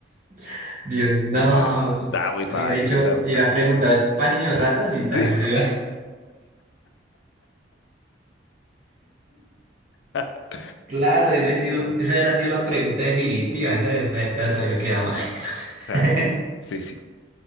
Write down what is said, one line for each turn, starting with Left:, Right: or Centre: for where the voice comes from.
Right: <laughs> Dios, no.
Left: No, es- está muy
Right: Hubiera
Left: fácil,
Right: dicho,
Left: está muy
Right: hubiera
Left: fácil.
Right: preguntado, ¿es para niños ratas? Y tal
Left: Sí.
Right: vez era.
Left: <laughs>
Right: Claro, esa, ha sido, esa era ha sido la pregunta definitiva. Esa de una era
Left: Eh,
Right: sabía que era Minecraft.
Left: Claro.
Right: <laughs>
Left: Sí, sí.